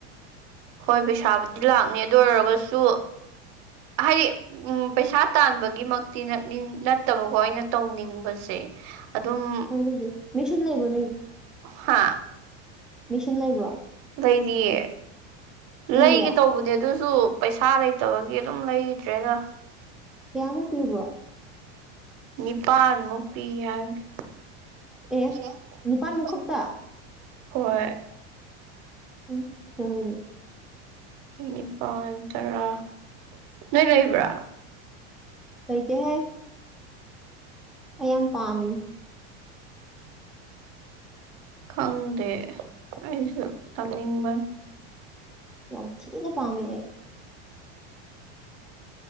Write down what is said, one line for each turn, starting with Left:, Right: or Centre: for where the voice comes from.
Right: ꯍꯣꯏ ꯄꯩꯁꯥꯕꯨꯗꯤ ꯂꯥꯛꯅꯤ ꯑꯗꯨ ꯑꯣꯏꯔꯒꯁꯨ ꯍꯥꯏꯗꯤ ꯎꯝ ꯄꯩꯁꯥ ꯇꯥꯟꯕꯒꯤꯃꯛꯇꯤꯅꯥꯠꯅꯤꯡ ꯅꯠꯇꯕꯀꯣ ꯑꯩꯅ ꯇꯧꯅꯤꯡꯕꯁꯦ ꯑꯗꯨꯝ
Centre: ꯅꯣꯏꯗꯨꯕꯨꯗꯤ
Right: <unintelligible>
Centre: ꯃꯦꯆꯤꯟ ꯂꯩꯕ꯭ꯔꯣ
Right: ꯍꯥ
Centre: ꯃꯤꯁꯟ ꯂꯩꯕ꯭ꯔꯣ
Right: ꯂꯩꯗꯤꯌꯦ
Centre: ꯂꯩꯌꯦ
Right: ꯂꯩꯒꯦ ꯇꯧꯕꯅꯦ ꯑꯗꯨꯁꯨ ꯄꯩꯁꯥ ꯂꯩꯇꯕꯒꯤ ꯑꯗꯨꯝ ꯂꯩꯗ꯭ꯔꯦꯗ
Centre: ꯀꯌꯥꯃꯨꯛ ꯄꯤꯕ꯭ꯔꯣ
Right: ꯅꯤꯄꯥꯜꯃꯨꯛ ꯄꯤ ꯍꯥꯏꯕꯅꯦ
Centre: ꯑꯦ ꯅꯤꯄꯥꯟꯃꯨꯛ ꯈꯛꯇ
Right: ꯍꯣꯏ
Centre: ꯎꯝ ꯍꯣꯡꯉꯅꯤ
Right: ꯅꯤꯄꯥꯜ ꯇꯔꯥ ꯅꯣꯏ ꯂꯩꯕ꯭ꯔꯥ
Centre: ꯂꯩꯗꯦ ꯍꯦ ꯑꯩ ꯌꯥꯝ ꯄꯥꯝꯃꯤ
Right: ꯈꯪꯗꯦ ꯑꯩꯁꯨ ꯇꯝꯅꯤꯡꯕ
Centre: ꯌꯥꯝ ꯊꯤꯅ ꯄꯥꯃꯦ ꯑꯩ